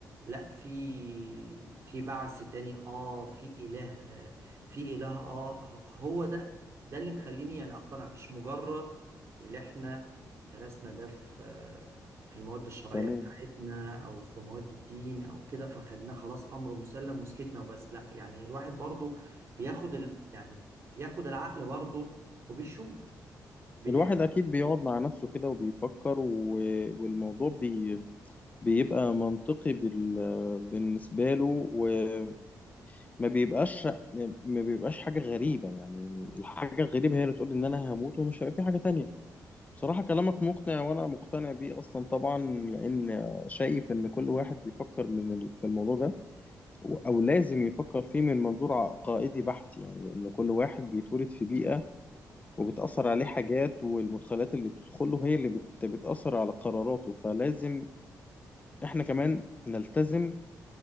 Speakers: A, on the right; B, on the left.
A: لا في في بعث تاني اه في اله في اله اه هو ده ده اللي مخليني يعني اقتنع مش مجرد اللي احنا درسنا ده في في المواد الشرعية
B: تمام
A: بتاعتنا أو في مواد الدين أو كده فخدناه خلاص أمر مسلم وسكتنا وبس لا يعني الواحد برضو بياخد ال... يعني بياخد العقل برضو وبيشوف بيح...
B: الواحد أكيد بيقعد مع نفسه كده وبيفكر و... والموضوع بي... بيبقى منطقي بال... بالنسبة له وما بيبقاش ما بيبقاش حاجة غريبة يعني الحاجة الغريبة هي اللي تقول إن أنا هموت ومش هيبقى في حاجة تانية بصراحة كلامك مقنع وأنا مقتنع بيه أصلا طبعا لأن شايف إن كل واحد بيفكر من ال- في الموضوع ده و- أو لازم يفكر فيه من منظور عقائدي بحت يعني لأن كل واحد بيتولد في بيئة وبتأثر عليه حاجات والمدخلات اللي بتدخله هي اللي بت- بتأثر على قراراته فلازم إحنا كمان نلتزم